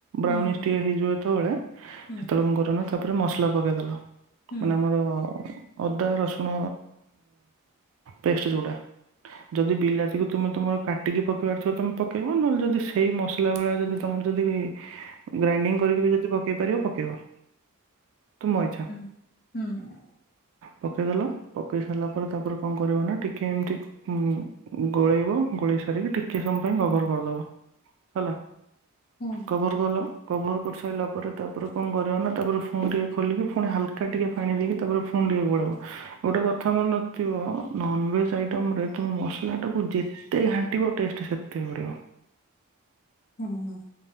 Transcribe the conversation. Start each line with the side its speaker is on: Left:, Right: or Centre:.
Right: ବ୍ରାଉନିଶ୍
Left: ହୁଁ ହୁଁ
Right: ଟିକେ ହେଇଯିବ ଯେତେବେଳେ ସେତେବେଳେ
Left: ହୁଁ
Right: ଙ୍କ କରିବନା ତାପରେ ମସଲା ପକେଇଦେଲ।
Left: ହୁଁ
Right: ମାନେ ଆମର ଅଦା ରସୁଣ ପେଷ୍ଟ ଜୋ ଉଟା ଯଦି ବିଲାତିକୁ ତୁମେ ତମର କାଟିକି ପକେଇବାର ଥିବ ତମେ ପକେଇବ ନହେଲେ ଯଦି ସେଇ ମ ଥିଲାବେଳେ ଯଦି ତୁମର ଯଦି କେହି ଗ୍ରାଇଣ୍ଡିଙ୍ଗ କରିକି ବି ଯଦି ପକେଇ ପାରିବ ପକେଇବ। ତୁମ ଅଛ।
Left: ହୁଁ ହୁଁ।
Right: ପକେଇଦେଲ ପକେଇ ସାରିଲା ପରେ ତାପରେ କଣ କରିବ ନା ଟିକେ ଏମିତି ହୁଁ ଗୋଳେଇବ ଗୋଳେଇ ସାରିକି ଟିକେ ସମୟ ପାଇଁ କଭର କରିଦବ। ହେଲା।
Left: ହୁଁ।
Right: କଭର କଲ କଭର କରିଶାଲା ପରେ ତାପରେ କଣ କରିବା ନା ତାପରେ ଫୁ ପୁଣି ଟିକେ ଖୋଲିକି ପୁଣି ହାଲକା ଟିକେ ପାଣି ଦେଇକି ତାପରେ ପୁଣି ଟିକେ ଗୋଳିବ। ଗୋଟେ କଥା ମନେ ରଖଥିବ ନନଭେଜ ଆଇଟମ୍ ରେ ତମେ ମସଲା ଟାକୁ ଯେ ଏତେ ଘାଣ୍ଟିବ ଟେଷ୍ଟ ସେତେ ବଡ଼ିବ।
Left: ହୁଁ